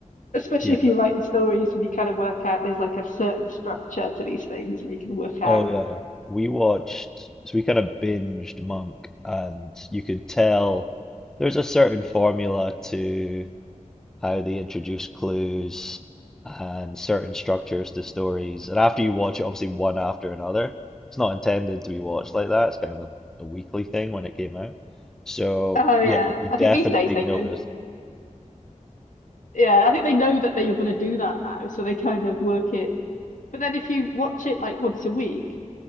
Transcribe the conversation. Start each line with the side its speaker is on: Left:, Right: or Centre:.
Left: especially
Centre: Yeah.
Left: if you're
Centre: that-
Left: writing stories and you kind of work out there's like a certain structure to these things and you can work out.
Centre: oh yeah. We watched so we kind of binged Monk and you could tell there's a certain formula to how they introduce clues and certain structures to stories. And after you watch it, obviously one after another, it's not intended to be watched like that. It's kind of a, a weekly thing when it came out. So
Left: Oh yeah.
Centre: yeah, you you
Left: I think
Centre: definitely
Left: these days they
Centre: notice.
Left: know yeah, I think they know that they you're gonna do that now, so they kind of work it. But then if you watch it like once a week,